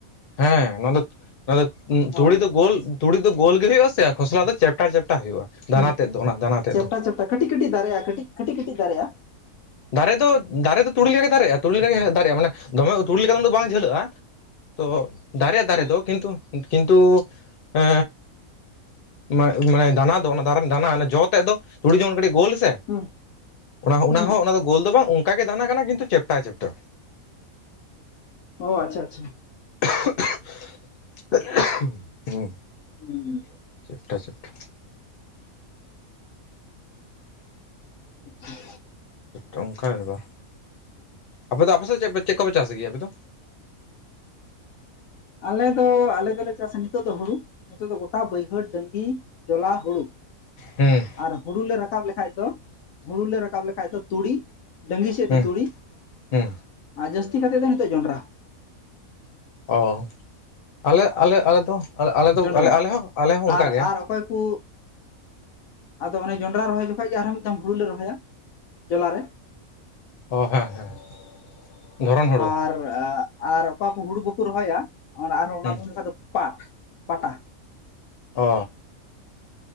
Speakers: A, on the left; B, on the left.
A: ᱦᱮᱸ ᱱᱚᱣᱟ ᱫᱚ ᱱᱚᱣᱟ ᱫᱚ ᱛᱩᱲᱤ
B: ᱚ
A: ᱫᱚ ᱜᱳᱞ
B: ᱟᱪᱪᱷᱟ
A: ᱛᱩᱲᱤ ᱫᱚ ᱜᱳᱞ ᱜᱮ ᱦᱩᱭᱩᱜᱼᱟ ᱥᱮ ᱟᱨ ᱠᱷᱚᱥᱞᱟ ᱫᱚ ᱪᱮᱯᱴᱟ ᱪᱮᱯᱴᱟ ᱦᱩᱭᱩᱜᱼᱟ ᱫᱟᱱᱟ
B: ᱦᱮᱸ
A: ᱛᱮᱫ ᱫᱚ ᱚᱱᱟ ᱫᱟᱱᱟ ᱛᱮᱫ
B: ᱪᱮᱯᱴᱟ
A: ᱫᱚ
B: ᱪᱟᱯᱴᱟ ᱠᱟᱹᱴᱤᱡ ᱠᱟᱹᱴᱤᱡ ᱫᱟᱨᱮᱜᱼᱟ ᱠᱟᱹᱴᱤᱡ ᱠᱟᱹᱴᱤᱡ ᱠᱟᱹᱴᱤᱡ ᱫᱟᱨᱮᱜᱭᱟᱜᱼᱟ
A: ᱫᱟᱨᱮ ᱫᱚ ᱫᱟᱨᱮ ᱫᱚ ᱛᱩᱲᱤ ᱞᱮᱠᱟ ᱜᱮ ᱫᱟᱨᱮᱜᱼᱟ ᱛᱩᱤ ᱞᱮᱠᱟᱜᱮ ᱫᱟᱨᱮᱜᱼᱟ ᱢᱟᱱᱮ ᱫᱚᱢᱮ ᱛᱩᱲᱤ ᱞᱮᱠᱟ ᱫᱚ ᱵᱟᱝ ᱡᱷᱟᱹᱞᱟᱹᱜᱼᱟ ᱛᱚ ᱫᱟᱨᱮ
B: ᱟᱪᱪᱷᱟ
A: ᱫᱟᱨᱮ ᱫᱚ ᱠᱤᱱᱛᱩ ᱠᱤᱱᱛᱩ ᱮᱻ ᱢᱟᱱᱮ ᱫᱟᱱᱟ ᱫᱚ ᱚᱱᱟ ᱫᱟᱨᱮᱢ ᱫᱟᱱᱟ ᱡᱚ ᱛᱮᱫ ᱫᱚ ᱛᱩᱲᱤ ᱡᱮᱢᱚᱱ ᱠᱟᱹᱴᱤᱡ ᱜᱳᱞ ᱦᱮᱸ ᱥᱮ
B: ᱦᱩᱸ
A: ᱚᱱᱟ
B: ᱦᱩᱸ
A: ᱦᱚᱸ ᱚᱱᱟ ᱫᱚ ᱜᱳᱞ ᱫᱚ ᱵᱟᱝ ᱚᱱᱠᱟ ᱜᱮ ᱫᱟᱱᱟ ᱠᱟᱱᱟ ᱠᱤᱱᱛᱩ ᱪᱮᱯᱴᱟ ᱪᱮᱯᱴᱟ
B: ᱚ ᱟᱪᱪᱷᱟ ᱟᱪᱪᱷᱟ
A: ᱦᱩᱸ <unintelligible>
B: ᱦᱩᱸ <unintelligible>
A: ᱪᱮᱯᱴᱟ ᱪᱮᱯᱴᱟ
B: ᱦᱩᱸ <unintelligible>
A: ᱟ ᱚᱱᱠᱟ ᱵᱟᱝ ᱟᱯᱮ ᱫᱚ ᱟᱯᱮ ᱥᱮᱫ ᱪᱮᱫ ᱪᱮᱫ ᱠᱚᱯᱮ ᱪᱟᱥ ᱜᱮᱭᱟ ᱟᱯᱮ ᱫᱚ?
B: ᱟᱞᱮ ᱫᱚ ᱟᱞᱮ ᱫᱚᱞᱮ ᱪᱟᱥᱟ ᱱᱤᱛᱚᱜ ᱫᱚ ᱦᱩᱲᱩ᱾ ᱱᱤᱛᱚᱜ ᱫᱚ ᱜᱚᱴᱟ ᱵᱟᱹᱭᱦᱟᱹᱲ ᱡᱟᱸᱜᱤ ᱡᱚᱞᱟ ᱦᱩᱲᱩ᱾
A: ᱦᱩᱸ
B: ᱟᱨ ᱦᱩᱲᱩ ᱞᱮ ᱨᱟᱠᱟᱵ ᱞᱮᱠᱷᱟᱡ ᱫᱚ ᱦᱩᱲᱩᱞᱮ ᱨᱟᱠᱟᱵ ᱞᱮᱠᱷᱟᱡ ᱫᱚ ᱛᱩᱲᱤ ᱰᱟᱹᱝᱤ ᱥᱮᱫ
A: ᱦᱩᱸ
B: ᱫᱚ ᱛᱩᱲᱤ
A: ᱦᱩᱸ
B: ᱟᱨ ᱡᱟᱹᱥᱛᱤ ᱠᱟᱛᱮ ᱫᱚ ᱱᱤᱛᱚᱜ ᱡᱚᱸᱰᱨᱟ᱾
A: ᱚ ᱟᱞᱮ ᱟᱞᱮ ᱟᱞᱮᱫᱚ ᱟᱞᱮᱫᱚ
B: ᱡᱚᱱᱰᱨᱟ
A: ᱟᱞᱮ ᱦᱚᱸ ᱟᱞᱮ ᱦᱚᱸ
B: ᱟᱨ
A: ᱚᱱᱠᱟᱜᱮ᱾
B: ᱟᱨ ᱚᱠᱚᱭ ᱠᱚ ᱟᱫᱚ ᱚᱱᱮ ᱡᱚᱱᱰᱨᱟ ᱨᱚᱦᱚᱭ ᱡᱚᱠᱷᱟᱡ ᱜᱮ ᱟᱨᱦᱚᱸ ᱢᱤᱫᱽᱫᱷᱚᱢ ᱦᱩᱲᱩ ᱞᱮ ᱨᱚᱦᱚᱭᱟ ᱡᱚᱞᱟᱨᱮ᱾
A: ᱚ ᱦᱮᱸ ᱦᱮᱸ ᱫᱷᱚᱨᱚᱱ ᱦᱩᱲᱩ
B: ᱟᱨ ᱟᱨ ᱚᱠᱟ ᱠᱩ ᱦᱩᱲᱩ ᱵᱟᱹᱠᱚ ᱨᱚᱦᱚᱭᱟ ᱚᱸᱨ ᱟᱨᱦᱚᱸ ᱚᱱᱟ
A: ᱦᱩᱸ
B: ᱫᱩᱸ ᱡᱚᱠᱷᱟᱡ ᱫᱚ ᱯᱟᱴ ᱯᱟᱴᱟᱦ
A: ᱚ